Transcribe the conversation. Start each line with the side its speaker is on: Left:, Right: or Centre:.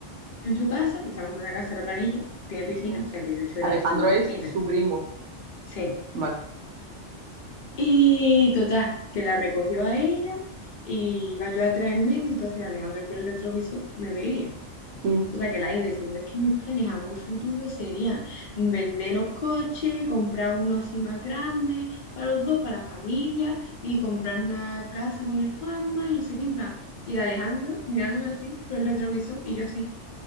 Left: en su casa, porque se ha comprado una casa en la planilla, tiene piscina,
Right: Mm.
Left: o sea que yo este
Right: Alejandro
Left: verano tengo
Right: es
Left: piscina.
Right: su primo.
Left: Sí.
Right: Vale.
Left: Y total, que la recogió a ella y iba yo atrás en medio, entonces el Alejandro por el retrovisor me veía.
Right: Mm.
Left: Total, que la iba diciendo, es que mis planes a muy futuro serían vender los coches, comprar uno así más grande para los dos, para la familia, y comprar una casa con el Juanma y no sé qué, en plan. Y el Alejandro mirándome así por el retrovisor y yo así.